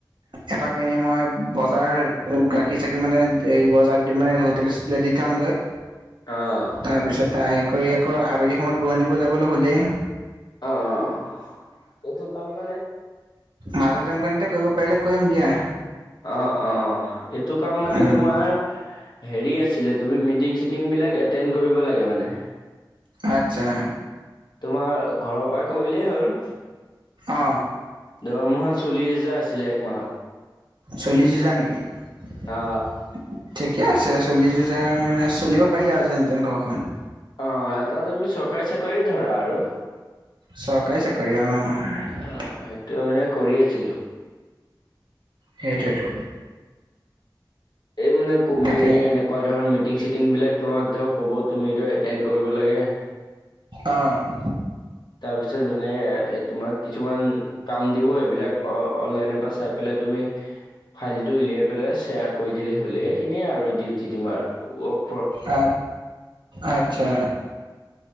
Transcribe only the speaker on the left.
অ'।
অ' এইটো কাম মানে
অ-অ, এইটো কাম মানে
তোমাৰ হেৰি আছিলে, তুমি মিটিং-চিটিং বিলাক এটেড কৰিব লাগে মানে।
তোমাৰ ঘৰৰ পৰা কৰিলেই হ'ল।
দৰমহা চল্লি হাজাৰ আছিলে এক মাহত।
অ
অ', এটা তুমি চৰকাৰী চাকৰিয়ে ধৰা আৰু।
অ হে <unintelligible> ত মানে কৰি আছিলো।
এই মানে কোম্পেীৰ
এনেকুৱা ধৰ মিটিং-চিটিং বিলাক তোমাক ধৰক কব, তুমি ধৰ এটেণ্ড কৰিব লাগে।
তাৰ পিছত মানে, এই তোমাক কিছুমান কাম দিব এইবিলাক অ অনলাইনৰ পৰা চাই পেলাই তুমি ফাইলটো উলিয়াই পেলাই শ্বেয়াৰ কৰি দিলে হ'লে সেইখিনিয়ে আৰু ডিউটি তোমাৰ ৱ-